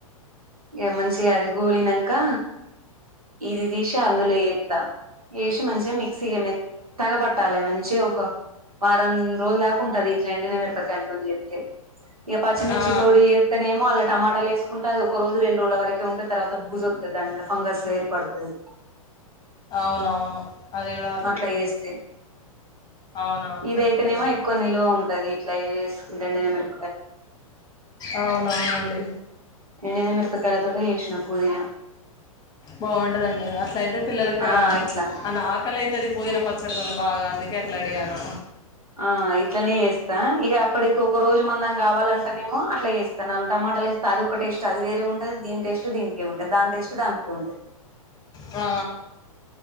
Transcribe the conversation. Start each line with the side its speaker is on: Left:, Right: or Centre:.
Right: ఇక మంచి అది గోలినంకా ఇది తీసి అందులో ఎత్త వేసి మంచిగా మిక్సీ మెత్తగ పట్ట తాలి మంచి ఒక వారం రోజులు దాకా ఉంటది ఎండుమిరప్ కండి అని చెప్తే ఇక పచ్చిమిర్చి
Left: ఆ
Right: తోడి చేస్తనేమో టమాట వేసుకుంటే అది ఒక రోజు రెండు రోజుల వరకే ఉంటే, తర్వాత భూజు వత్తది. దాని మీద ఫంగస్ ఏర్పడతది.
Left: అవునవును అది కూడా
Right: అట్లా చేేస్తే
Left: అవునవును
Right: ఇదైతేనేమో
Left: కరెక్టేనండి
Right: ఎక్కువ నిల్వ ఉంటది ఇట్లా చేస్ ఇండి న మరి
Left: అవునవునండి
Right: ఎండినా మెరపకాయలతోటే చేషిన పూదిన
Left: బాగుంటదండి అట్లయితే పిల్లలక
Right: ఆ ఇట్లా
Left: అ నాక్ అక్కల అయితే అది పుదీనా పచ్చడితోని బాగా అందుకే అట్లా అడిగాను
Right: ఆ ఇట్లనే చేస్తా ఇగ ఇప్పడికి ఒక రోజు మందం కావాలంటేనేమో అలా చేస్తా నాలుగు టమాటాలు ఏసీ తాలింపు ఒకటేసి అది వేరే ఉంటుది దీని టేస్ట్ దీనికే ఉంటాంది దాని టేస్ట్ దానికే ఉంటాంది
Left: ఆ